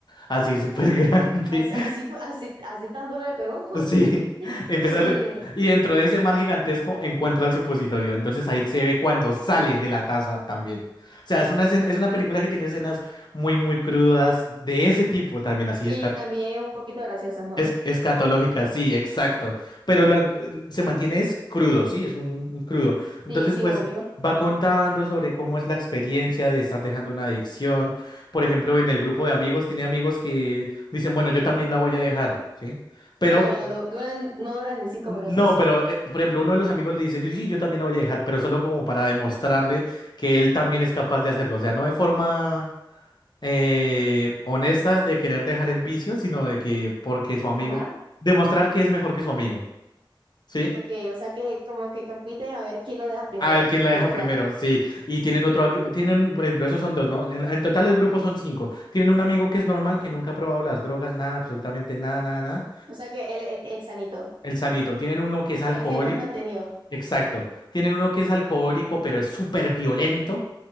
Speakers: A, on the left; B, on the right.
A: así <laughs> súper grande.
B: As- Así, fue- así, así tan duro le pegó. <laughs>
A: Sí,
B: Qué
A: <laughs> empezar
B: horrible.
A: y dentro de ese mar gigantesco encuentra el supositorio. Entonces ahí se ve cuando sale de la taza también. O sea, es una escena- es una película que tiene escenas muy muy crudas de ese tipo también, así
B: Y
A: esca-
B: también un poquito graciosas, ¿no?
A: es escatológicas, sí, exacto. Pero lo- se mantiene es crudo, sí, es un, un crudo. Entonces
B: Sí, sí,
A: pues
B: obvio.
A: va contando sobre cómo es la experiencia de estar dejando una adicción. Por ejemplo, en el grupo de amigos tiene amigos que dicen, bueno, yo también la voy a dejar, ¿sí? Pero
B: Pero du- duran, no duran ni cinco
A: no,
B: minutos.
A: pero eh, por ejemplo, uno de los amigos le dice, yo, sí, yo también la voy a dejar, pero solo como para demostrarle que él también es capaz de hacerlo. O sea, no de forma eh, honesta de querer dejar el vicio, sino de que porque su amigo,
B: Ajá.
A: demostrar que es mejor que su amigo, ¿sí?
B: Ah, Ok, o sea que como que compiten a ver quién lo deja primero,
A: A ver quién la deja
B: literal.
A: primero, sí. Y tienen otro, ag- tienen, por ejemplo, esos son dos, ¿no? En, en total el grupo son cinco. Tienen un amigo que es normal, que nunca ha probado las drogas, nada, absolutamente nada, nada, nada.
B: O sea que el, el, el sanito,
A: El sanito. Tienen uno que es alcohólico
B: el que no es mantenido.
A: Exacto. Tienen uno que es alcohólico, pero es súper violento,